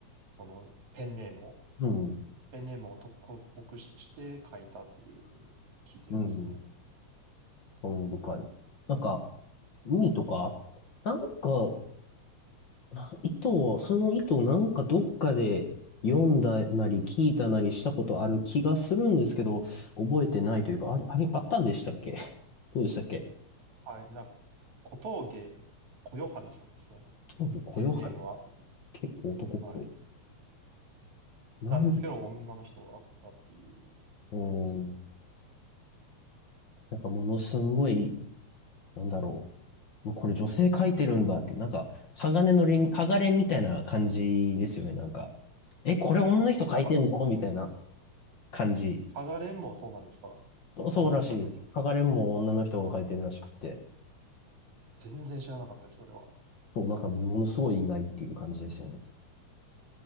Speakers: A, on the right; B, on the left.
A: そのペンネームを、
B: うん、
A: ペンネームを男っぽくして書いたっていうふうに聞いていますね。
B: うん、興味深い。なんか、海とか、なんか、な糸を、その糸をなんかどっかで読んだなり聞いたなりしたことある気がするんですけど、覚えてないというか、あれ、あれ、あったんでしたっけどうでしたっけ
A: はい。な、小峠小夜春さんですね。
B: 多分、こよはる。
A: ペンネームは。
B: 結構男っぽい。
A: はい。
B: なん、
A: なんですけど、女の人だったっていうことですね。
B: うん。なんかものすんごい、なんだろう。もうこれ女性描いてるんだって、なんか、鋼のレン、鋼レンみたいな感じですよね、なんか。え、これ女の人描いてんのみたいな
A: え、はが、
B: 感じ。
A: 剥がれんもそうなんですか
B: そうそうらしいです。
A: 女の人が書いてますかね。
B: 鋼レンも女の人が描いてるらしくて。
A: 全然知らなかったです、それは。
B: そう、なんかものすごい意外っていう感じですよね。